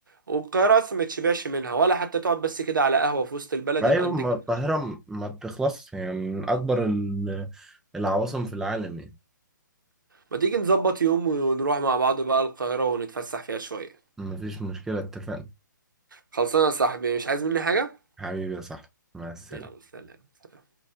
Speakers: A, on the right; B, in the centre.
A: والقاهرة اصلا ما تشبعش منها ولا حتى تقعد بس كده على قهوة في وسط البلد
B: ايوه
A: يبقى انت
B: ما
A: كده
B: القاهرة م- ما بتخلصش يعني من اكبر ال- العواصم في العالم يعني
A: ما تيجي نظبط يوم ونروح مع بعض بقى القاهرة ونتفسح فيها شوية
B: مفيش مشكلة اتفقنا
A: خلصانة يا صاحبي مش عايز مني حاجة
B: حبيبي يا صاحبي مع السلامة
A: يلا سلام سلام.